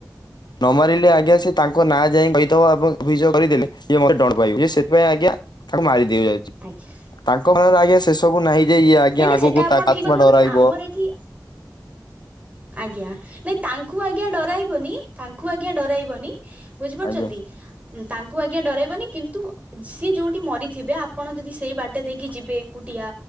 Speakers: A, on the left; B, on the right.
A: ନ ମାରିଲେ ଆଜ୍ଞା ସେ ତାଙ୍କ ନାଁ ଯାଇ କହିଦବ। ଏବଂ ଅଭିଯୋଗ କରିଦେଲେ ଏ ମତେ ଡଣ ପାଇବ ଯେ ସେଥିାପାଇଁ ଆଜ୍ଞା ତାକୁ ମାରି ଦେବି ଯାଉଚି।
B: ଆଚ
A: <unintelligible> ରେ ଆଜ୍ଞା ସେ ସବୁ ନାହିଁ ଯେ ଇଏ ଆଜ୍ଞା
B: ନାଇଁ
A: ଆଗକୁ
B: ସେଟା ଆପଣ
A: ତା ଆତ୍ମା
B: ଠିକ କଥା
A: ଡରାଇବ।
B: କହୁଛନ୍ତି ଆମର ଏଠି ଆଜ୍ଞା ନାଇଁ ତାଙ୍କୁ ଆଜ୍ଞା ଡରାଇବନି ତାଙ୍କୁ ଆଜ୍ଞା ଡରାଇବନି ବୁଝିପାରୁଛନ୍ତି।
A: ଆଜ୍ଞା
B: ତାଙ୍କୁ ଆଜ୍ଞା ଡରାଇବନି କିନ୍ତୁ ସିଏ ଯୋଉଠି ମରିଥିବେ। ଆପଣ ଯଦି ସେଇ ବାଟ ଦେଇକି ଯିବେ ଏକୁଟିଆ